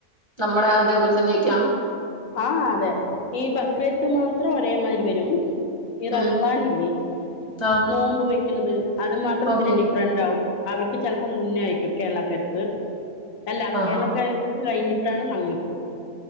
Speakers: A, on the right; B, on the left.
A: നമ്മടെ അതേപോലെ തന്നെയൊക്കെയാണോ?
B: ആഹ് അതെ ഈ ബക്രീത്ത് മാത്രം ഒരേമാരി വരും. ഈ റമളാൻ
A: ഉം
B: ഇല്ലേ?
A: ആ
B: നോമ്പ് വെക്കണത് അത് മാത്രം ഇത്തിരി
A: ഓക്കെ
B: ഡിഫറന്റ് ആവും അവർക്ക് ചെലപ്പോ മുന്നെ ആയിരിക്കും. കേരളക്കാർക്ക് അല്ല
A: ആഹാ
B: കേരളക്കാർ ക്ക് കഴിഞ്ഞിട്ടാണ് ഞങ്ങക്ക്